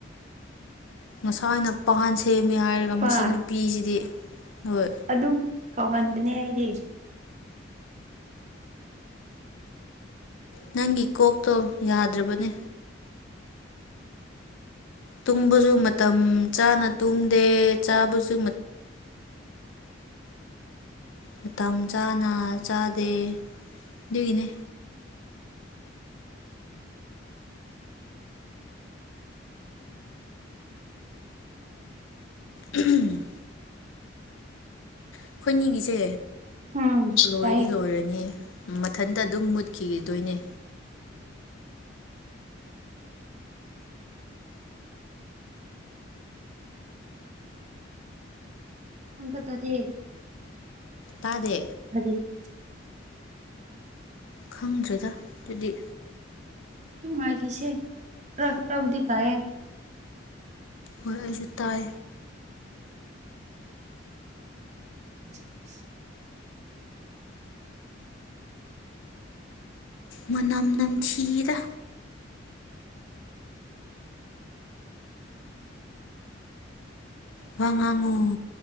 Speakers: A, on the left; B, on the right.
A: ꯉꯁꯥꯏꯅ ꯄꯥꯟ ꯁꯦꯝꯃꯦ ꯍꯥꯏꯔꯒ
B: ꯄꯥꯠ
A: ꯃꯁꯤ ꯅꯨꯄꯤꯁꯤꯗꯤ ꯍꯣꯏ
B: ꯑꯗꯨꯝ ꯀꯧꯍꯟꯕꯅꯦ ꯑꯩꯗꯤ <inaudible>
A: ꯅꯪꯒꯤ ꯀꯣꯛꯇꯣ ꯌꯥꯗ꯭ꯔꯕꯅꯦ ꯇꯨꯝꯕꯁꯨ ꯃꯇꯝ ꯆꯥꯅ ꯇꯨꯝꯗꯦ ꯆꯥꯕꯁꯨ ꯃꯇꯝ ꯆꯥꯅ ꯆꯥꯗꯦ ꯑꯗꯨꯒꯤꯅꯦ ꯎꯝ ꯑꯩꯈꯣꯏꯅꯤꯒꯤꯁꯦ
B: ꯎꯝ
A: ꯂꯣꯏꯗꯤ
B: ꯇꯥꯏꯌꯦ
A: ꯂꯣꯏꯔꯅꯤ ꯃꯊꯟꯇ ꯑꯗꯨꯝ ꯃꯨꯠꯈꯤꯈꯤꯗꯣꯏꯅꯦ
B: ꯃꯨꯊꯠꯇꯗꯤ
A: ꯇꯥꯗꯦ
B: <unintelligible>
A: ꯈꯪꯗ꯭ꯔꯦꯗ ꯑꯗꯨꯗꯤ
B: ꯇꯨ ꯃꯥꯥꯏꯒꯤꯁꯦ ꯔꯛꯕꯗꯤ ꯇꯌꯦ
A: ꯍꯣꯏ ꯑꯩꯁꯨ ꯇꯥꯏ
B: <inaudible>
A: ꯃꯅꯝ ꯅꯝꯊꯤꯗ ꯋꯥꯉꯥꯡꯉꯨ